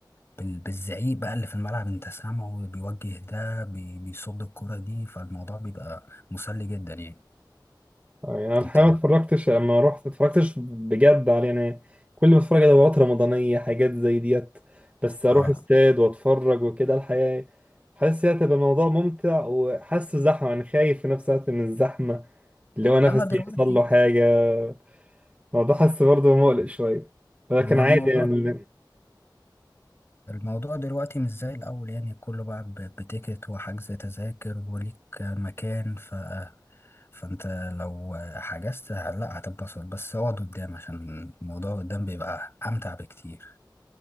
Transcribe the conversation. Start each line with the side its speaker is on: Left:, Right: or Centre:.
Left: بال... بالزعيق بقى اللي في الملعب انت سامعه بيوجه ده بي... بيصد الكرة دي فالموضوع بيبقى مسلي جدا يعني
Right: آه، يعني انا الحقيقه
Left: انت
Right: ما اتفرجتش اما رحت ما اتفرجتش بجد على يعني كل ما اتفرج على دورات رمضانيه حاجات زي ديت بس اروح
Left: اه
Right: استاد واتفرج وكده الحقيقه إيه، حاسس هي هتبقى الموضوع ممتع وحاسه زحمه يعني خايف في نفس الوقت من الزحمه اللي هو نفسي
Left: لما دلوقتي
Right: يحصل له حاجه الموضوع حاسس برضه مقلق شويه ولكن
Left: ما
Right: عادي
Left: الموضوع
Right: يعني
Left: الموضوع دلوقتي مش زي الأول يعني كله بقى ب- بتيكت وحجز تذاكر وليك مكان ف... فأنت لو حجزت لا هتتبسط بس اقعد قدام عشان الموضوع قدام بيبقى أمتع بكتير